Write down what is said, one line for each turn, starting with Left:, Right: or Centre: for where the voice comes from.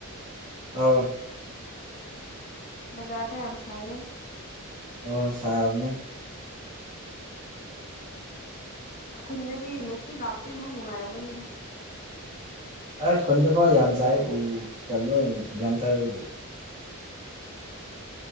Right: ꯍꯥꯎ
Left: ꯕꯖꯥꯔꯗ ꯌꯥꯝꯁꯥꯏꯌꯦ
Right: ꯑꯣ ꯁꯥꯍꯕꯅꯦ
Left: ꯑꯩꯈꯣꯏꯅꯗꯤ ꯅꯨꯡꯁꯤꯠ ꯂꯥꯛꯄꯩ ꯑꯃꯨꯛ ꯅꯨꯡꯉꯥꯏꯔꯝꯒꯅꯤꯗ
Right: ꯑꯩ ꯈꯨꯟꯗ ꯐꯥꯎ ꯌꯥꯝ ꯆꯥꯏ ꯎ ꯀ ꯂꯣꯏ ꯒ꯭ꯌꯥꯟꯊꯥꯔꯒꯦ